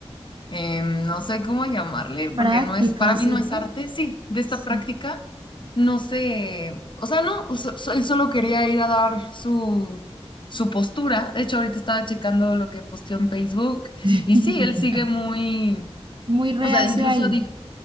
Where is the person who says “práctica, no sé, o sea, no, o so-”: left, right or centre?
Left